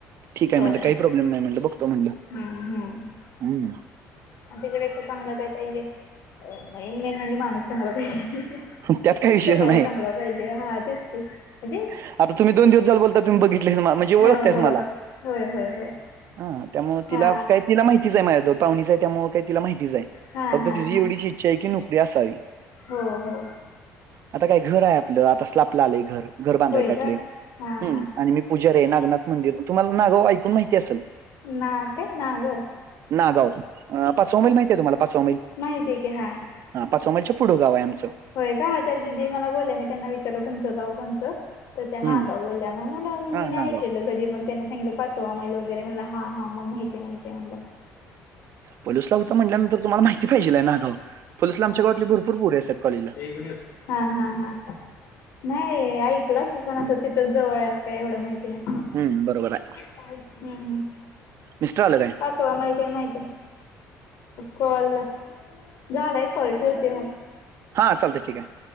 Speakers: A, on the right; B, on the left.
A: ठीक आहे
B: होय
A: म्हणल काही प्रोब्लेम नाही म्हणल. बघतो म्हणल.
B: हम्म हम्म
A: हम्म
B: आणि त्याच्यापेक्षा चांगल काय पाहिजे. इन मिन म्हणजे माणूस चांगला पाहिजे.
A: त्यात काही विषयच
B: स्वभाव
A: नाही
B: चांगला पाहिजे. हा तेच की. म्हणजे
A: हा प, तुम्ही दोन दिवस झाल बोलता. तुम्ही बघितलसा, म्हणजे ओळखतायस
B: हो हो
A: मला.
B: होय होय होय
A: हा त्यामुळे
B: हा
A: तिला काही तिला माहितीच आहे माझ पाहुणीच आहे. त्यामुळे काही तिला माहितीच आहे.
B: हा
A: फक्त
B: हा
A: तिची
B: हा
A: एवढीची इच्छा आहे की नोकरी असावी.
B: हो हो
A: आता काय घर आहे आपल. आता स्लापला आलय घर. घर बांधाय
B: होय
A: काढले.
B: का हां
A: आणि
B: हां
A: मी पुजारी आहे. नागनाथ मंदिर, तुम्हाला नागाव ऐकून माहिती असल.
B: ना काय? नागव
A: नागाव. पाचवा मैल आहे तुम्हाला? पाचवा मैल.
B: माहिती आहे की हां
A: हा, पाचवा मैलाच्या पुढ गाव आहे आमच.
B: होय का, त्या दिदी मला बोलल्या, मी त्यांना विचारल तुमच गाव कोणत. तर त्या नागाव
A: हम्म
B: बोलल्या. मग म
A: हा
B: मी नाही
A: नागाव
B: ऐकलेल कधी. मग त्यांनी सांगितलं पाचवा मैईल वगैरे म्हणल. हा हा मग माहिती आहे. माहित आहे म्हणल.
A: पोलीसला होता म्हटल्यानंतर तुम्हाला माहिती पाहिजे नागाव. पोलीसला आमच्या गावातली भरपूर पोरी असतात कॉलेजला.
B: <unintelligible> हा हा हा नाही ऐकल असल, पण अस तिथच जवळ आहे अस काय एवढ माहित नाही.
A: हं, बरोबर आहे.
B: हम्म हम्म
A: मिस्टर आल काय?
B: पाचवा मैल ते माहिती आहे. कॉल, झालाय कॉल ठेवते मग.
A: हा, चालतय ठीक आहे.